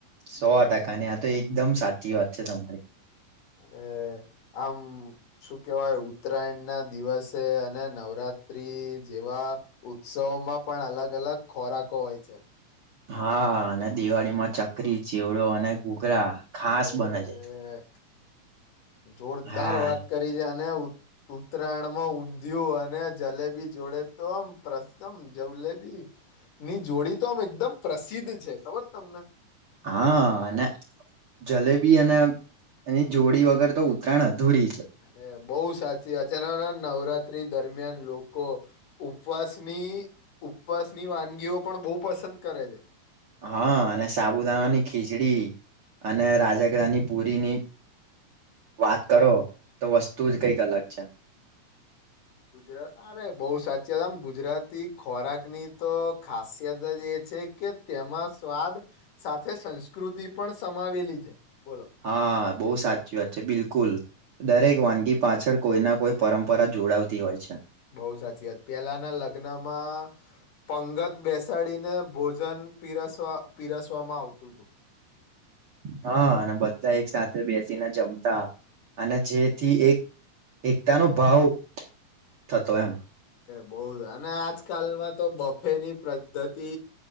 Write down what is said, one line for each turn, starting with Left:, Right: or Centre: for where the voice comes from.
Right: સો ટકા ની આ તો એકદમ સાચી વાત છે તમારી
Left: અને આમ શું કેહેવાય ઉત્તરાયણ ના દિવસે અને નવરાત્ર્રી જેવા ઉત્સવોમાં પણ અલગ અલગ ખોરાકો હોય છે
Right: હા અને દિવાળી માં ચકરી ચીવડો અને ઘૂઘરા ખાસ
Left: અરે
Right: બને છે
Left: જોરદાર
Right: હા
Left: વાત કરી છે અને ઉત્તરાયણમાં ઊંધિયું અને જલેબી જોડે તો આમ પ્રસમ જલેબી ની જોડી તો આમ એકદમ પ્રસિદ્ધ છે. ખબર તમને?
Right: હા અને જલેબી અને એની જોડી વગર તો ઉત્તરાયણ અધૂરી. છે
Left: અરે બહુ સાચી અચાનકના નવરાત્રી દરમિયાન લોકો ઉપવાસની ઉપવાસની વાનગીઓ પણ બહુ પસંદ કરે છે.
Right: હા અને સાબુદાણાની ખીચડી અને રાજગ્રની પુરીની વાત કરો તો વસ્તુ જ કઈક અલગ છે.
Left: ગુજરાત અરે બહુ સાચી આમ ગુજરાતી ખોરાકની તો ખાસિયત જ એ છે કે તેમાં સ્વાદ સાથે સંસ્કૃતિ પણ સમાવેલી છે. બોલો
Right: હા બહુ સાચી વાત છે બિલકુલ દરેક વાનગી પાછળ કોઈ ના કોઈ પરંપરા જોડાવતી હોય છે.
Left: બહુ સાચી વાત પહેલાના લગ્નમાં પંગત બેસાડીને ભોજન પીરસવા પીરસવામાં આવતું તું.
Right: હા અને બધા એક સાથે બેસીને જમતા અને જેથી એક એકતા નો ભાવ થતો એમ.
Left: બવ જ અને આજકાલમાં તો બફેની પદ્ધતિ